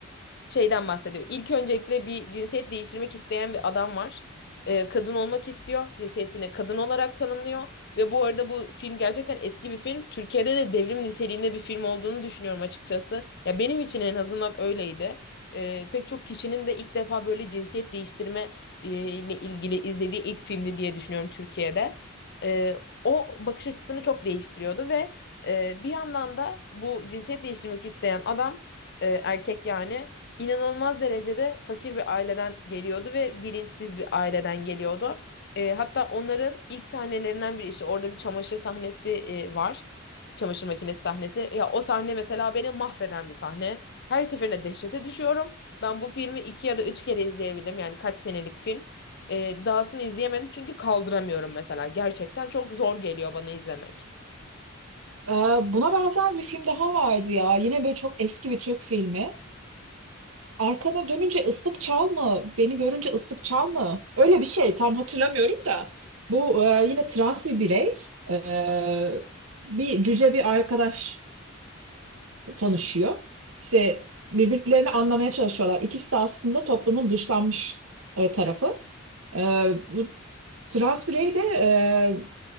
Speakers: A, on the left; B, on the right.
A: şeyden bahsediyor. İlk öncelikle bir cinsiyet değiştirmek isteyen bir adam var. Ee, kadın olmak istiyor. Cinsiyetini kadın olarak tanımlıyor. Ve bu arada bu film gerçekten eski bir film. Türkiye'de de devrim niteliğinde bir film olduğunu düşünüyorum açıkçası. Ya benim için en azından öyleydi. Ee, pek çok kişinin de ilk defa böyle cinsiyet değiştirme e, ile ilgili izlediği ilk filmi diye düşünüyorum Türkiye'de. Ee, o bakış açısını çok değiştiriyordu ve e, bir yandan da bu cinsiyet değiştirmek isteyen adam e, erkek yani inanılmaz derecede fakir bir aileden geliyordu ve bilinçsiz bir aileden geliyordu. E, hatta onların ilk sahnelerinden biri işte orada bir çamaşır sahnesi e, var. Çamaşır makinesi sahnesi. Ya o sahne mesela beni mahveden bir sahne. Her seferinde dehşete düşüyorum. Ben bu filmi iki ya da üç kere izleyebildim. Yani kaç senelik film. E, dahasını izleyemedim çünkü kaldıramıyorum mesela. Gerçekten çok zor geliyor bana izlemek.
B: Ee, buna benzer bir film daha vardı ya. Yine böyle çok eski bir Türk filmi. Arkana dönünce ıslık çal mı? Beni görünce ıslık çal mı? Öyle bir şey tam hatırlamıyorum da. Bu e, yine trans bir birey. E, bir cüce bir arkadaşla tanışıyor. İşte birbirlerini anlamaya çalışıyorlar. İkisi de aslında toplumun dışlanmış e, tarafı. E, bu trans birey de e,